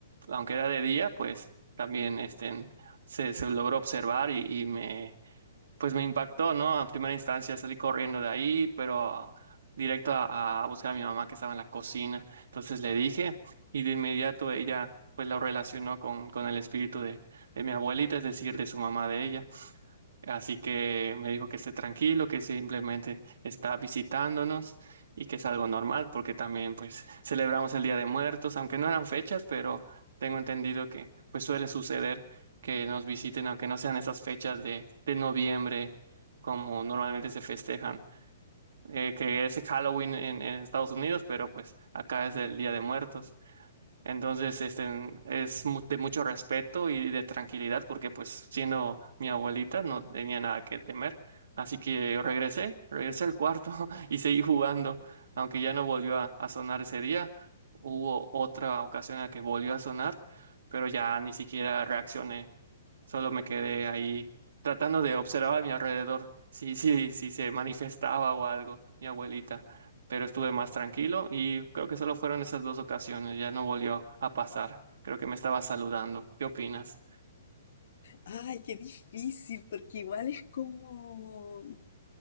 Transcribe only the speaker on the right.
Aunque era de día, pues también este, se, se logró observar y, y me, pues me impactó, ¿no? A primera instancia salí corriendo de ahí, pero directo a, a buscar a mi mamá que estaba en la cocina. Entonces le dije y de inmediato ella pues lo relacionó con, con el espíritu de, de mi abuelita, es decir, de su mamá de ella. Así que me dijo que esté tranquilo, que simplemente está visitándonos y que es algo normal porque también pues celebramos el Día de Muertos, aunque no eran fechas, pero tengo entendido que pues suele suceder que nos visiten aunque no sean esas fechas de, de noviembre como normalmente se festejan, eh, que es Halloween en, en Estados Unidos, pero pues acá es el Día de Muertos. Entonces, este, es mu- de mucho respeto y de tranquilidad porque pues siendo mi abuelita no tenía nada que temer. Así que regresé, regresé al cuarto <laughs> y seguí jugando. Aunque ya no volvió a, a sonar ese día, hubo otra ocasión en la que volvió a sonar, pero ya ni siquiera reaccioné. Solo me quedé ahí tratando de observar a mi alrededor si, si, si se manifestaba o algo, mi abuelita pero estuve más tranquilo y creo que solo fueron esas dos ocasiones, ya no volvió a pasar. Creo que me estaba saludando. ¿Qué opinas?